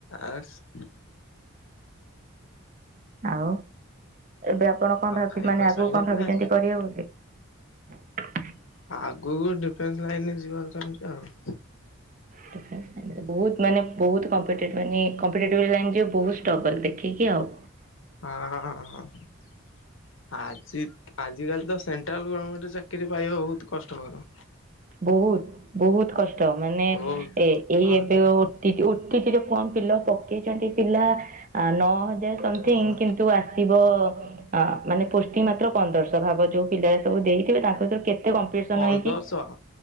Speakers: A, on the left (about 65°); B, on the right (about 35°).
A: arts.
B: ଆଉ ଏବେ ଆପଣ କଣ ଭାବି
A: ଖାଇ
B: ମାନେ
A: ଖୁଆ
B: ଆଗକୁ
A: ସାଇଲେଣି
B: କଣ ଭାବିଚନ୍ତି
A: ନା
B: କରିବେ ବୋଲି? <inaudible>
A: ଆଗକୁ ଡିଫେନ୍ସ ଲାଇନ୍ ରେ ଯିବାକୁ ଚାହୁଁଚି ଆଉ।
B: ଡିଫେନ୍ସ ମାନେ ସେ ବହୁତ ମାନେ ବହୁତ କମ୍ପିଟେଟିଭ ଲାଇନ୍ ଯେ ବହୁ ଷ୍ଟ୍ରଗଲ ଦେଖିକି ଆଉ।
A: ହଁ, ହୋ, ହୋ, ହଁ। ଆଜି ଆଜିକାଲି ତ ସେଣ୍ଟ୍ରାଲ ଗର୍ମେଣ୍ଟ ଚାକିରି ପାଇବା ବହୁତ କଷ୍ଟକର।
B: ବହୁତ ବହୁତ କଷ୍ଟ ମାନେ
A: ବହୁତ
B: ଏ ଏଇ
A: ହଁ
B: ଏବେ
A: ତ
B: ପା ଓଟିଇଟି ଓଟିଇଟି ଯୋ ଫର୍ମ ଫିଲପ୍ ପକେଚନ୍ତି ପିଲା ଆ, ନଅ ହଜାର ସମଥିଙ୍ଗ
A: ହଁ
B: କିନ୍ତୁ ଆସିବ ହଁ ମାନେ ପୁଷ୍ଟିଂ ମାତ୍ର ପନ୍ଦରଶ ଭାବ ଯୋଉ ପିଲା ଏସବୁ ଦେଇଥିବେ ତାଙ୍କ ଭିତରୁ କେ ତେ କମ୍ପିସନ
A: ପନ୍ଦରଶହ
B: ହେଇକି